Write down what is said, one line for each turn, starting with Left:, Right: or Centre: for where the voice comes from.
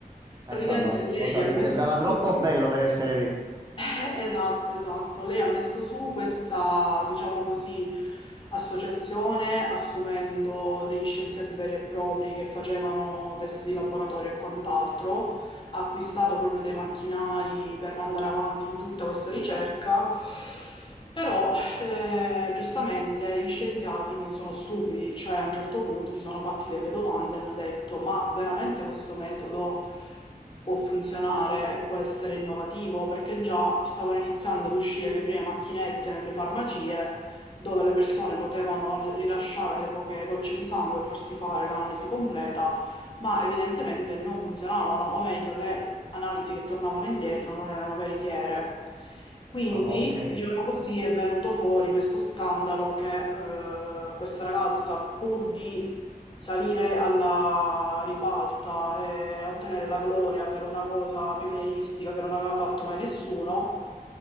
Right: Eccola,
Left: praticamente lei
Right: lo sapevi,
Left: ha messo
Right: sembrava
Left: su
Right: troppo bello per essere vero.
Left: eh, Esatto, esatto. Lei ha messo su questa, diciamo così, associazione assumendo degli scienziati veri e propri che facevano test di laboratorio e quant'altro, ha acquistato proprio dei macchinari per mandare avanti tutta questa ricerca, però eh, giustamente gli scienziati non sono stupidi, cioè a un certo punto si sono fatti delle domande e hanno detto: ma veramente questo metodo può funzionare e può essere innovativo? Perché già stavano iniziando ad uscire le prime macchinette nelle farmacie dove le persone potevano rilasciare le poche gocce di sangue e farsi fare l'analisi completa ma evidentemente non funzionavano, o meglio, le analisi che tornavano indietro non erano veritiere. Quindi,
Right: Ah, ok.
Left: diciamo così, è venuto fuori questo scandalo che eh, questa ragazza, pur di salire alla ribalta e ottenere la gloria per una cosa pionieristica che non aveva fatto mai nessuno,